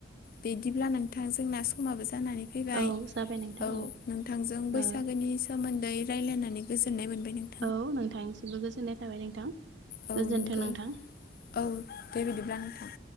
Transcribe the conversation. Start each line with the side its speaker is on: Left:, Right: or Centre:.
Left: बिदिब्लान नोंथां जोंना समाबो जानानै फैबाय
Right: औ जाबाय नोंथां
Left: औ नोंथांजों बैसागोनि
Right: ओ
Left: सोमोन्दै रायलायनानै गोजोननाय मोनबाय नों
Right: औ नोंथांसिमबो गोजोननाय थाबाय नोंथां
Left: औ
Right: गोजोनथों
Left: नंगौ
Right: नोंथां।
Left: औ दे बिदिब्ला नोंथां।